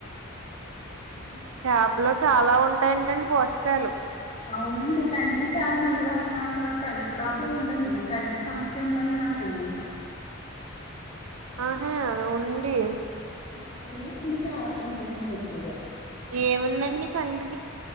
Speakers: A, on the left; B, on the right.
A: <unintelligible>
B: చేపలో చాలా ఉంటాయంటండి పోషకాలు
A: అవునండి కంటికి చాల మంచిది అంటున్నారు నా కంటి ప్రాబ్లం ఉండదు నా కంటి సమస్య ఉందండి నాకు
B: అదే ఉండి
A: <unintelligible> చాప్ అంత నంతివ
B: ఏముందండి కంటికి